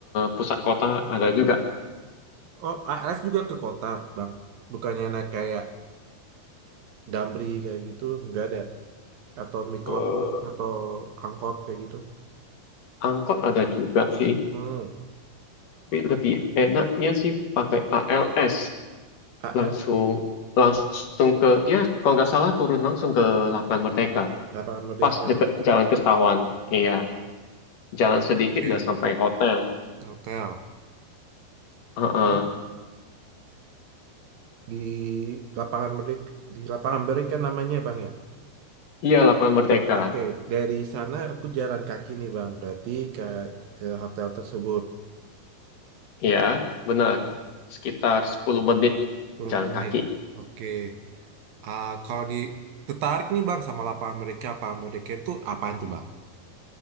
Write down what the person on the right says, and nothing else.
Oh ARS juga ke kota bang, bukannya naik kayak Damri kayak gitu, nggak ada. atau mikro
atau angkot kayak gitu.
Hmm,
AR,
hmm,
Lapangan Merdeka.
Hmm,
Oke,
Hotel.
Hmm, Di lapangan Merdeka, di lapangan Merdeka namanya bang ya.
Oke, dari sana aku jalan kaki nih bang, berarti ke ke hotel tersebut
eh,
10
menit.
Oke, Ah, kalau di tertarik nih bang sama lapangan Merdeka, lapangan Merdeka itu apaan tuh bang?